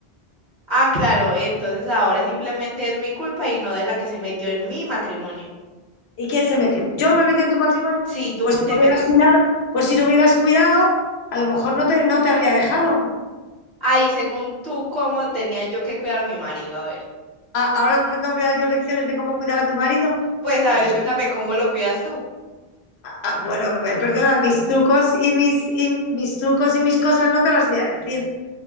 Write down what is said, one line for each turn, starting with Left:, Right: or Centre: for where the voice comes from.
Right: Ah, claro, entonces ahora simplemente es mi culpa y no de la que se metió en mi matrimonio.
Left: ¿Y quién se metió? ¿Yo me metí en tu matrimonio?
Right: Sí, tú
Left: Pues si
Right: te
Left: lo hubieras
Right: metiste.
Left: cuidado, pues si lo hubieras cuidado, a lo mejor no te, no te habría dejado.
Right: Ahí, según tú, ¿cómo tenía yo que cuidar a mi marido? A ver.
Left: A- ahora te tengo que dar yo lecciones de cómo cuidar a tu marido.
Right: Pues, a ver,
Left: Yo,
Right: cuéntame cómo lo cuidas tú.
Left: ah, ah, bueno, eh, perdona, mis trucos y mis, y mis trucos y mis cosas no te las voy a decir.